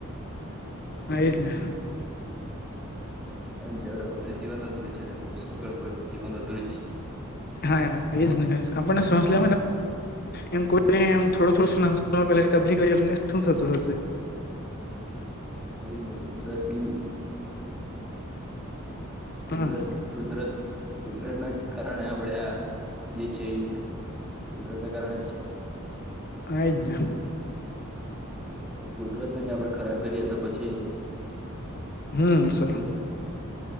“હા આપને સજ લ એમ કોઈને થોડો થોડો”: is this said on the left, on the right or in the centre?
Left